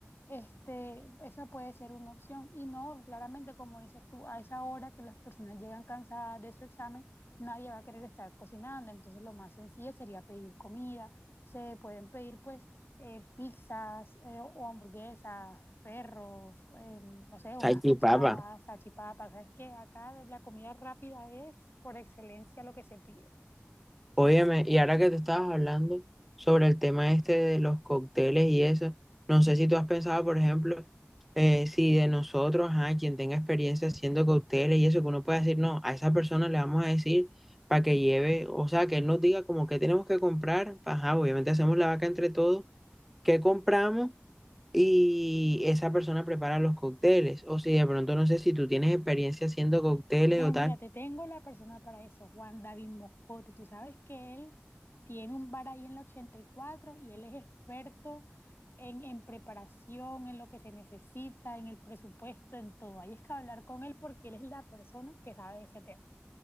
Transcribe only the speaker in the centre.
Salchipapa.
Óyeme, y ahora que tú estabas hablando sobre el tema este de los cócteles y eso, no sé si tú has pensado, por ejemplo, eh, si de nosotros, ajá, quien tenga experiencia haciendo cócteles y eso, que uno pueda decir, no, a esa persona le vamos a decir para que lleve, o sea, que él nos diga como que tenemos que comprar, ajá, obviamente hacemos la vaca entre todos, qué compramos y esa persona prepara los cócteles, o si de pronto no sé si tú tienes experiencia haciendo cócteles
o tal.